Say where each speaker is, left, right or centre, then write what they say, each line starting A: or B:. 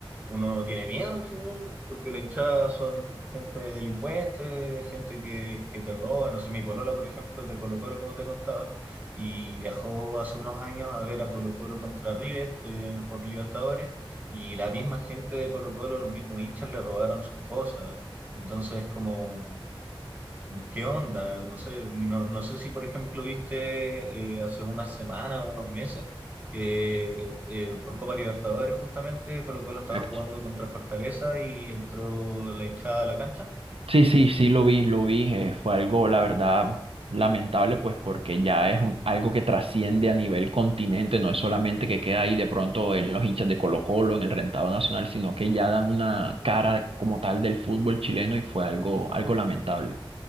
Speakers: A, on the right; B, on the right.
A: uno tiene miedo al final, porque la hinchada son gente delincuente, gente que, que te roba. No sé, mi polola, por ejemplo, es de Colo-Colo, como te contaba, y viajó hace unos años a ver a Colo-Colo contra River eh, por Libertadores y la misma gente de Colo Colo, los mismos hinchas le robaron sus cosas. Entonces, como, ¿qué onda? No sé, y no, no sé si, por ejemplo, viste eh, hace unas semanas o unos meses que eh, por Copa Libertadores justamente Colo Colo estaba
B: Héctor.
A: jugando contra Fortaleza y entró la hinchada a la cancha.
B: Sí, sí, sí, lo vi, lo vi. eh, fue algo, la verdad, lamentable, pues porque ya es un- algo que trasciende a nivel continente, no es solamente que queda ahí de pronto en los hinchas de Colo-Colo, en el rentado nacional, sino que ya dan una cara como tal del fútbol chileno y fue algo, algo lamentable.